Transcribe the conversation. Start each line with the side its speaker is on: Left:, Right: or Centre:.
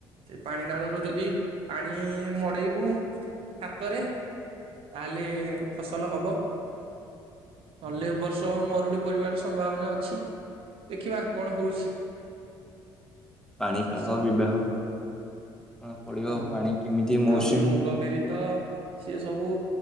Right: ସେ ପାଣି ନାଳରୁ ଯଦି ପାଣି ମଡେଇବୁ ହାତରେ ତାହେଲେ ଫସଲ ହବ। ନଲେ ଏବର୍ଷ ମରୁଡି ପରିବାର ସମ୍ଭାବନା ଅଛି ଦେଖିବା କଣ ହଉଛି?
Centre: ପାଣିପାଗ
Right: ଚାଷ
Centre: ବିଭାଗ କଣ ପଡିବ
Right: ହଁ
Centre: ପାଣି କେମିତି ମୌସୁମୀ
Right: ଆଉ ମୁଗ ବିରି ତ ସିଏ ସବୁ